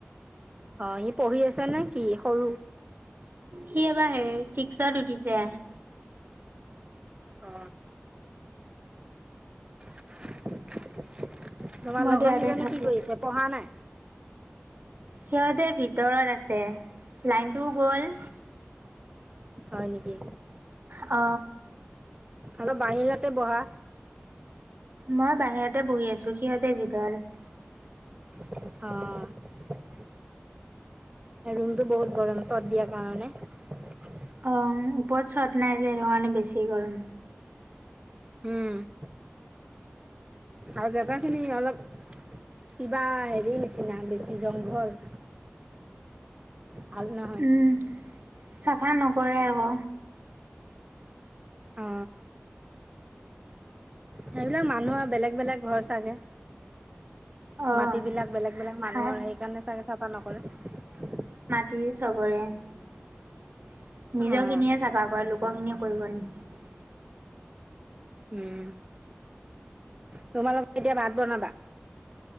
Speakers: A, on the right; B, on the right.
A: অ সি পঢ়ি আছে নে কি সৰু
B: সি এবাৰ হে ছিক্সত উঠিছে।
A: অ তোমাৰ
B: মইতো
A: লগৰ
B: ইয়াতে
A: কেইজনী
B: থাকো।
A: কি কৰিছে পঢ়া নাই?
B: সিহঁতে ভিতৰত আছে লাইনটোও গ'ল।
A: হয় নেকি?
B: অ
A: অলপ বাহিৰতে বহা
B: মই বাহিৰতে বহি আছো সিহঁতে ভিতৰত আছে।
A: অ ৰুমতো বহুত গৰম চৰ্ট দিয়াৰ কাৰণে।
B: অ ওপৰত চৰ্ট নাই যে সেটো কাৰণে বেছি গৰম।
A: উম আৰু জেগাখিনি অলপ কিবা হেৰি নিচিনা বেছি জংঘল। ভাল নহয়।
B: উম, চাফা নকৰে আক।
A: অ সেইবিলাক মানুহ আৰু বেলেগ বেলেগ ঘৰ চাগে।
B: অ',
A: মাটিবিলাক বেলেগ বেলেগ মানুহৰ
B: ভাল
A: সেইকাৰণে চাগে চাফা নকৰে।
B: তি চবৰে নিজৰখিনিয়ে
A: অ'।
B: চাফা কৰে, লোকখিনিয়ে কৰিব নিকি।
A: উম। তোমালোকে এতিয়া ভাত বনাবা।